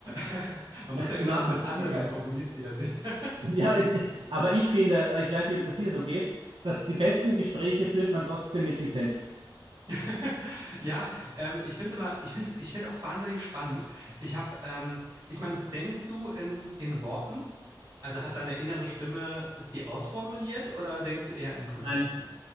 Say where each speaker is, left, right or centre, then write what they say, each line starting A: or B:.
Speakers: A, on the right; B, on the right.
A: <laughs> Man muss ja immer
B: Die Nachvollziehbarkeit.
A: noch mit anderen kommunizieren. <laughs>
B: Ja, es- aber ich finde, ich weiß nicht, ob das dir so geht, dass die besten Gespräche führt man trotzdem mit sich selbst.
A: <laughs> Ja, ähm, ich finde es immer, ich finde ich find auch wahnsinnig spannend. Ich habe, ähm, ich meine, denkst du in, in Worten? Also hat deine innere Stimme, ist die ausformuliert oder denkst du eher in Konzepten?
B: Nein,